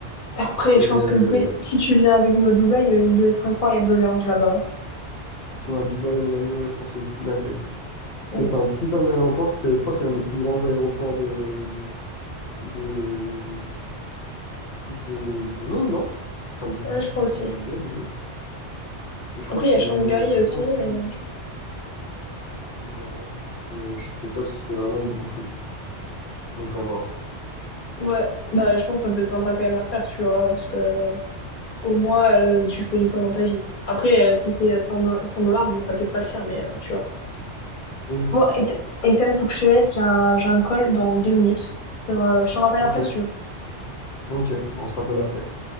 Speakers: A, on the left; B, on the left.
A: Après,
B: Et,
A: je
B: euh,
A: pense que tu sais, si tu viens avec nous à Dubaï, euh, il doit être incroyable le lounge là-bas.
B: ouais, Dubaï, à mon avis, ouais, je pense que c'est une petite dinguerie. Parce
A: Mm.
B: que c'est un putain d'aéroport, c'est, je crois que c'est l'un des plus grands aéroports de, de, de, du monde, non? Enfin, du,
A: Ouais,
B: du,
A: je crois aussi.
B: ouais, du monde. Je
A: Après,
B: crois qu'il
A: il y a Shanghai
B: est, il est plus
A: aussi,
B: grand que
A: mais
B: le double. Ouais. Mais je sais pas si c'est vraiment beaucoup plus. Donc à voir.
A: ouais, bah je pense que ça peut être sympa quand même à faire, tu vois, parce que au moins euh, tu fais une fois dans ta vie. Après, euh, si c'est euh, 100 dollars, 100 dollars, bon, ça peut-être pas le faire, mais euh, tu vois.
B: Oui, oui.
A: Bon, Ethan, Ethan, faut que je te laisse, j'ai un, j'ai un call dans deux minutes. Euh, je te rappelle
B: Ok,
A: après si tu veux.
B: ok. Bon, on se rappelle après.